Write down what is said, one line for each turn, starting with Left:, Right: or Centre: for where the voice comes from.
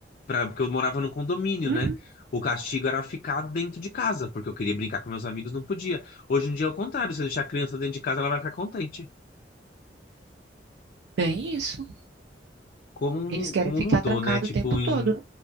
Left: pra, porque eu morava num condomínio,
Right: Uhum,
Left: né? O castigo era ficar dentro de casa, porque eu queria brincar com meus amigos, não podia. Hoje em dia é o contrário, se eu deixar a criança dentro de casa, ela vai ficar contente.
Right: bem isso.
Left: Como,
Right: Eles querem
Left: como
Right: ficar
Left: mudou,
Right: trancado
Left: né? Tipo,
Right: o tempo todo,
Left: em